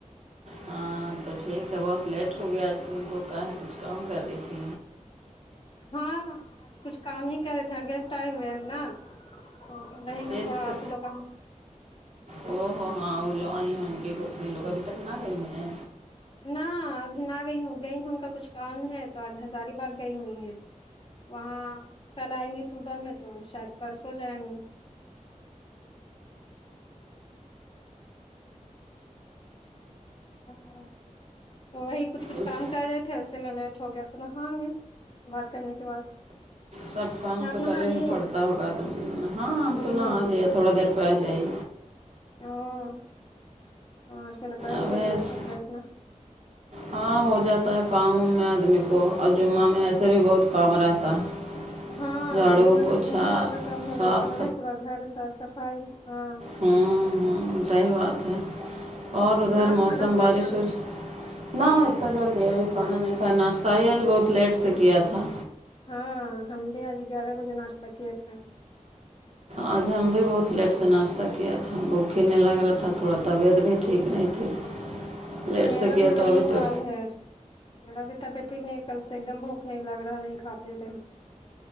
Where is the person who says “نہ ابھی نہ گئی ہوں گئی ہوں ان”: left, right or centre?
Left